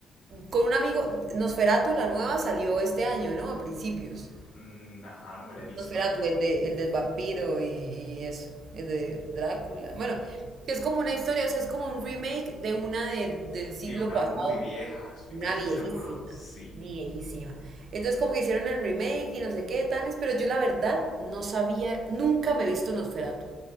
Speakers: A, on the right; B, on the left.
A: con un amigo, Nosferatu, la nueva, salió este año, ¿no? A principios.
B: mm, ajá, no me la he visto.
A: Nosferatu, el de, el del vampiro y, y eso, el de Drácula. Bueno, que es como una historia, o sea, es como un remake de una de- del siglo
B: Sí, una
A: pasado,
B: muy vieja, estoy
A: una
B: casi
A: viejísima,
B: seguro, sí.
A: viejísima. Entonces como que hicieron el remake y no sé qué, tales, pero yo la verdad no sabía, nunca me he visto Nosferatu,